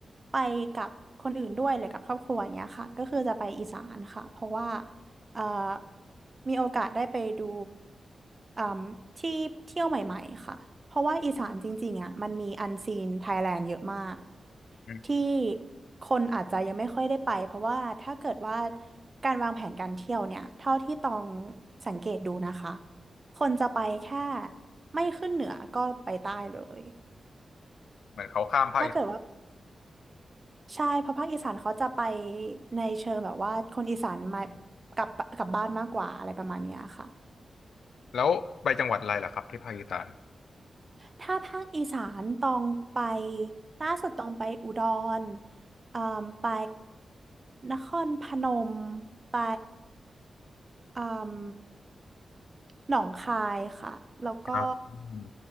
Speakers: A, on the right (about 35°); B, on the left (about 85°).
A: ไปกับคนอื่นด้วยหรือกับครอบครัวอย่างเงี้ยค่ะก็คือจะไปอีสานค่ะเพราะว่าเอ่อมีโอกาสได้ไปดูเอ่มที่เที่ยวใหม่ๆค่ะเพราะว่าอีสานจริงๆอ่ะมันมีอันซีนไทยแลนด์เยอะมาก
B: <laughs> อืม
A: ที่คนอาจจะยังไม่ค่อยได้ไปเพราะว่าถ้าเกิดว่าการวางแผนการเที่ยวเนี่ยเท่าที่ตองสังเกตดูนะคะคนจะไปแค่ไม่ขึ้นเหนือก็ไปใต้เลย
B: เหมือนเขาข้ามภาคอีสาน
A: ถ้าเกิดว่าใช่เพราะภาคอีสานเขาจะไปในเชิงแบบว่าคนอีสานมากลับกลับบ้านมากกว่าอะไรประมาณเนี้ยค่ะ
B: แล้วไปจังหวัดอะไรเหรอครับที่ภาคอีสาน
A: ถ้าภาคอีสานต้องไปล่าสุดต้องไปอุดรเอ่มไปนครพนมไปเอ่มหนองคายค่ะแล้วก็
B: อ่าอืม